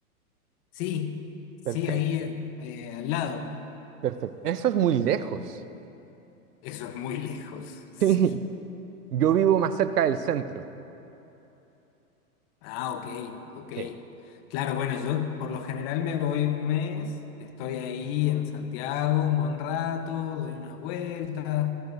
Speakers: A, on the left; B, on the right.
A: sí, sí,
B: Perfecto,
A: ahí eh, eh, al lado.
B: perfecto. Eso es muy lejos.
A: Eso es muy lejos, sí.
B: Sí. Yo vivo más cerca del centro.
A: Ah, ok, ok.
B: Sí.
A: Claro, bueno, yo por lo general me voy un mes, estoy ahí en Santiago un buen rato, doy unas vueltas,